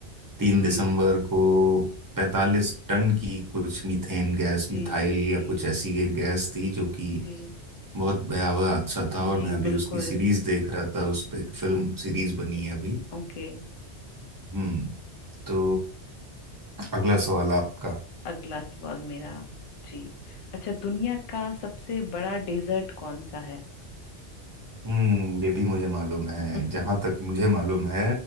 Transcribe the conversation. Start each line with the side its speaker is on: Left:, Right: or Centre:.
Right: 3
Left: जी
Right: दिसंबर को 45 टन की कुछ मीथेन गैस
Left: जी
Right: मिथाइल
Left: जी
Right: या
Left: जी
Right: कुछ ऐसी एक गैस थी जो कि
Left: जी
Right: बहुत भयावह हादसा था
Left: जी
Right: और मैं अभी
Left: बिल्कुल
Right: उसकी सीरीज देख रहा था उस पर फिल्म सीरीज बनी है अभी
Left: ओके
Right: हम्म तो अगला सवाल आपका
Left: अगला सवाल मेरा जी अच्छा दुनिया का सबसे बड़ा डेजर्ट कौन सा है
Right: हम्म ये भी मुझे मालूम है
Left: <laughs>
Right: जहां तक मुझे मालूम है